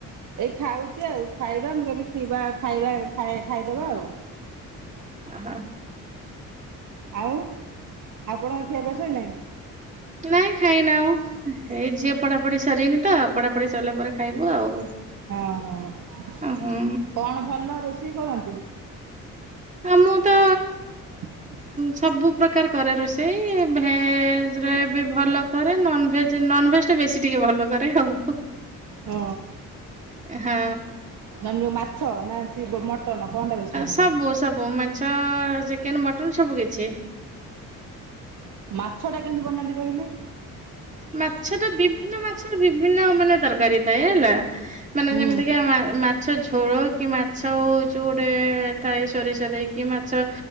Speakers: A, on the right (about 65°); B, on the right (about 20°).
A: ଏଇ ଖାଉଛି ଆଉ ଖାଇବା ମୁଁ କହିଲି ଖୀବା ଖାଇବା ଖାଇଦବା ଆଉ।
B: ଅ ହ।
A: ଆଉ ଆପଣଙ୍କ ଖିଆପିଆ ଶଇଲାନି?
B: ନାଇଁ ଖାଇନା ଆଉ ଏଇ ଝିଅ ପଢାପଢି ସରିନି ତ ପଢାପଢି ସରିଲା ପରେ ଖାଇବୁ ଆଉ।
A: ହଁ ହଁ
B: ହୁଁ
A: କଣ ଭଲ ରୋଷେଇ କରନ୍ତି?
B: ଆଉ ମୁଁ ତ
A: <inaudible>
B: ସବୁ ପ୍ରକାର କରେ ରୋଷେଇ ଭେଜରେ ବି ଭଲ କରେ ନନ ଭେଜ ନେ? ବେଶୀ ଟିକେ ଭଲ କରେ ଆଉ।
A: ହ।
B: ହଁ।
A: ନଣ୍ଡୁ ମାଛ ନା ମଟନ କଣଟା ବେଶୀ ବନାନ୍ତି?
B: ସବୁ ସବୁ ମାଛ ଚିକେନ ମଟନ ସବୁ କିଛି
A: ମାଛଟା କେମିତି ବନାନ୍ତି କହିଲେ?
B: ମାଛ ତ ବିଭିନ୍ନ ମାଛର ବିଭିନ୍ନ ମାନେ ତରକାରୀ ଥାଏ ହେଲା ମାନେ
A: ହୁଁ
B: ଯେମିତିକା ମାଛ ଝୋଳ କି ମାଛ ଯୋଉ ଗୋଟେ ଥାଏ ସୋରିଷ ଦେଇକି ମାଛ